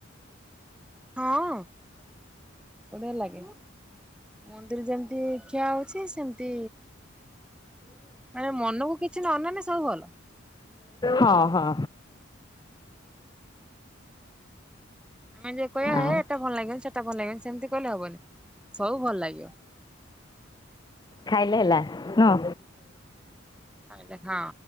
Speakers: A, in the centre; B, on the left (about 20°).
A: ହଁ ବଢିଆ ଲାଗେ। ମନ୍ଦିର ଯେମିତି ଖିଆ ଅଉଛି ସେମିତି ମାନେ ମନକୁ କିଛି ନ ନେନେ ସବୁ ଭଲ।
B: ହଁ ହଁ।
A: ଆମେ ଯୋଉ କ
B: ଆଉ।
A: ସେଟା ଭଲ ଲାଗିବନି ସେଟା ଭଲ ଲାଗିବନି ସେମିତି କହିଲେ ହବନି ସବୁ ଭଲ ଲାଗିବ।
B: ଖାଇଲେ ହେଲା ନୁହଁ।
A: ତାଲେ ହଁ